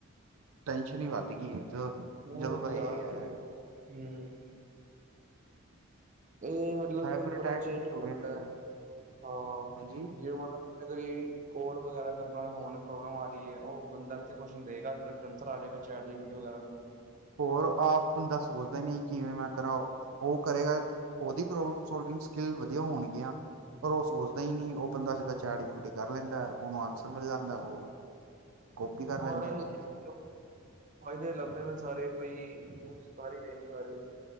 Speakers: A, on the right; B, on the right.
A: ਟੈਨਸ਼ਨ ਹੀ ਵੱਧ ਗਈ ਐ।
B: ਬਹੁਤ
A: ਜਦੋ ਦਾ
B: ਯਾਰ
A: ਏ ਆਈ ਆਇਆ ਗਾ।
B: ਹਮ ਇਹ ਮਤਲਬ
A: ਸਾਈਬਰ
B: ਨੇ ਬੜਾ
A: ਅਟੈਕਸ
B: ਚੇਂਜ
A: ਹੀ ਹੋ ਗਏ
B: ਕਰਦਾ
A: ਨੇ ਇਨੇ
B: ਆ।
A: ਹਾਂਜੀ
B: ਜੇ ਮਤਲਬ ਅਗਲੀ ਕਾਲ ਵਗੈਰਾ ਕਰਨਾ ਹੋਵੇ ਫੋਨ ਮੇਂ ਪ੍ਰੋਬਲਮ ਆ ਰਹੀ ਐ। ਉਹ ਬੰਦਾ ਇੱਥੇ ਕੁਛ ਨੀ ਦੇਗਾ <unintelligible> ਜਾਵੇਗਾ। ਚੈਟ ਜੀ ਪੀ ਟੀ ਵਗੈਰਾ ਤੋ।
A: ਹੋਰ ਆਪ ਬੰਦਾ ਸੋਚਦਾ ਨੀ ਵੀ ਕਿਵੇਂ ਮੈਂ ਕਰਾ ਓ। ਉਹ ਕਰੇਗਾ ਉਹਦੀ ਪ੍ਰੋਬਲਮ ਸੋਲਵਿੰਗ ਸਕਿੱਲ ਵਧੀਆ ਹੋਣਗੀਆਂ। ਪਰ ਉਹ ਸੋਚਦਾ ਹੀ ਨੀ ਉਹ ਬੰਦਾ ਸਿੱਧਾ ਚੈਟ ਜੀ ਪੀ ਟੀ ਕਰ ਲੈਂਦਾ। ਉਹਨੂੰ ਆਂਸਰ ਮਿਲ ਜਾਂਦਾ। ਉਹ ਕਾਪੀ ਕਰ
B: ਮੋਹਰੇ
A: ਲੈਂਦਾ ਵਾ
B: ਸੀ ਉੱਥੇ। ਫਾਇਦੇ ਲੱਭਦੇ ਨੇ ਸਾਰੇ ਬਈ ਮੈਨੂੰ ਸਾਰੇ ਕੋਈ ਕਰ ਹੀ ਰਹੇ।